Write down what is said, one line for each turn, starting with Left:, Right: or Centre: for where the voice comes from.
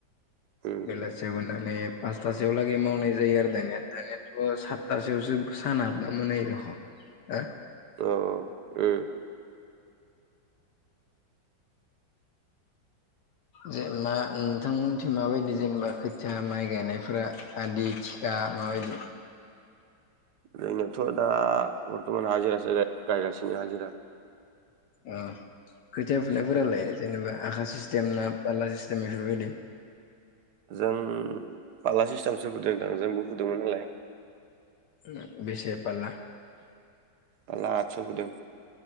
Right: उम
Left: बेलासियाव होनानै पासथासोआव लागै मावनाय जायो आरो दानिया। दानियाथ' सात तासोआवसो सान हाबना मोनायो देखन हो? अह।
Right: औ उम
Left: जे मा नोंथांमोनथिं माबायदि जेनेबा खोथिया माइ गायनायफोरा आदि माबायदि
Right: जोंनाथ' दा बर्थमान हाजिरसो गायगासिनो ना हाजिरा?
Left: ओ। खोथिया फुनायफोरालाय, जेनेबा आखा सिस्टेम ना पारला सिस्टेम बेफोरबायदि?
Right: जों फाला सिस्टेमसो फुदों दां, जोंबो फुदोंमोन नालाय।
Left: ओम बेसे पारला?
Right: फाला आतस' फुदों।